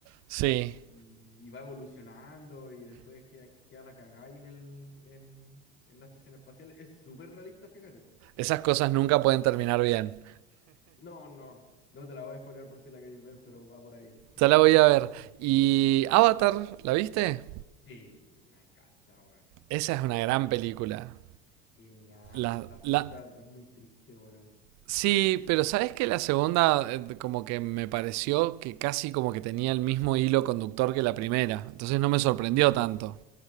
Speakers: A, on the right; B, on the left.
A: sí.
B: y, y va evolucionando y después queda, queda la cagada ahí en el, en, en la estación espacial. Es súper realista, fíjate.
A: Esas cosas nunca pueden terminar bien.
B: No, no, no te la voy a spoiler por si la queréis ver, pero va por ahí.
A: Ya la voy a ver. ¿Y Avatar, la viste?
B: Sí, me encanta, weón.
A: Esa es una gran película.
B: Es genial.
A: La,
B: La segunda
A: la,
B: es muy triste, weón.
A: Sí, pero sabes que la segunda eh, como que me pareció que casi como que tenía el mismo hilo conductor que la primera, entonces no me sorprendió tanto.